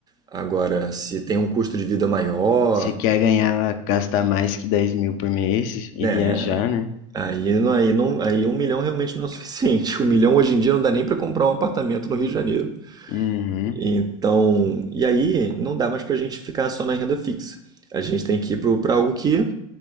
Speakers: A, on the right; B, on the left.
A: Agora, se tem um custo de vida maior,
B: Você quer ganhar, gastar mais que dez mil por mês e
A: né,
B: viajar, né?
A: aí, não- aí, não, aí um milhão realmente não é o suficiente. <laughs> Um milhão hoje em dia não dá nem para comprar um apartamento no Rio de Janeiro.
B: Uhum.
A: Então, e aí não dá mais para a gente ficar só na renda fixa. A gente tem que ir para algo que